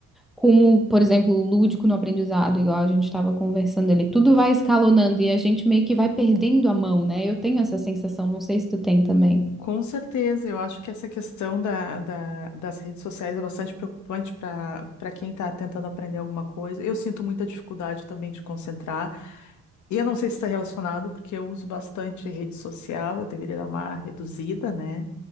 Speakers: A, in the centre; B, on the left (about 65°).
A: com o, por exemplo, o lúdico no aprendizado, igual a gente estava conversando ali, tudo vai escalonando e a gente meio que vai perdendo a mão, né? Eu tenho essa sensação, não sei se tu tem também.
B: Com certeza, eu acho que essa questão da, da- das redes sociais é bastante preocupante para para quem está tentando aprender alguma coisa. Eu sinto muita dificuldade também de concentrar. E eu não sei se está relacionado, porque eu uso bastante rede social, eu deveria dar uma reduzida, né?